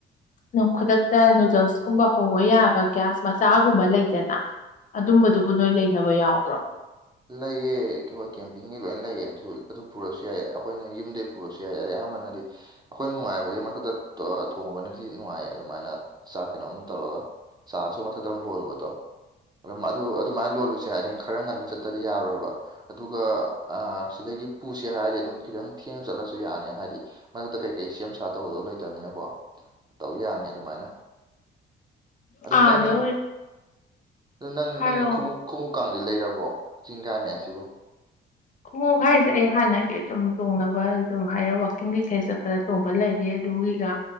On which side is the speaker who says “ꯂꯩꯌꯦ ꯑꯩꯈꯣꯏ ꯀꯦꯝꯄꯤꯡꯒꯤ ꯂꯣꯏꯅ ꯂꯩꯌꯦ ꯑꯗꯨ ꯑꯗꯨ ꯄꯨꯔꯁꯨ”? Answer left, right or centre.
Right